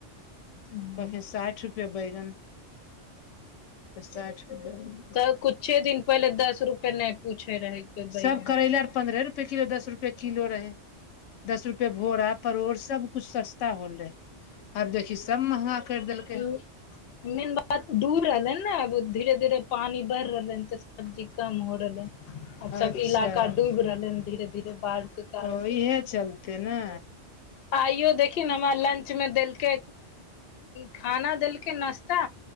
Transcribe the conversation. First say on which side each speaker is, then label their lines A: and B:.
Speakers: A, on the left; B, on the left.
A: हम्म,
B: कहलखिन साठि रुपए बैगन तऽ साठि रुपैया
A: तऽ कुछे दिन पहिले दस रुपे नहि पूछे रहे बैगन
B: सब करैले पन्द्रह रुपए किलो दस रुपए किलो रहै दस रुपे भोरा परोड़ सब कुछ सस्ता हो रहै आब देखि सब महंगा कर देलकै
A: ह <inaudible> मेन बात दूर रहलै ने अब धीरे धीरे पानी बढ़ रहलै हन ते सब्जी कम हो रहलै आब
B: अच्छा
A: सब इलाका डूबि रहल है धीरे धीरे बाढ़ के कारण
B: ओ इहे चलते ने
A: आइयो देखिन हमरा लंच में देलकै खाना देलकै नाश्ता